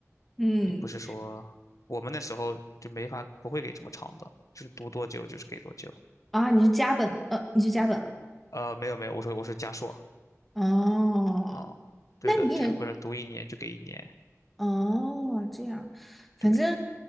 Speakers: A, in the centre; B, on the left (about 75°).
A: 嗯，
B: 也不是说我们那时候就没法不会给这么长的，就是读多久就是给多久。
A: 啊，你是加本，呃，你是加本啊？
B: 呃，没有没有，我说我说加硕
A: 哦，
B: 啊，对的，
A: 那你也
B: 就不是读一年就给一年，
A: 哦，这样，反正，
B: 对，